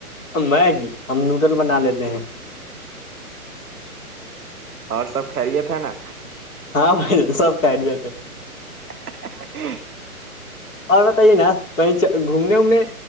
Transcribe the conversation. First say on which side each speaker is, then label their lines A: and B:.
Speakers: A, on the left (about 60°); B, in the centre.
A: میگی ہم نوڈل بنا لیتے ہیں
B: اور سب خریت تھا نا
A: ہاں بھ سب کہ لے تھے
B: <unintelligible>
A: اور بتائیے نا کہیں گھومنے وومنے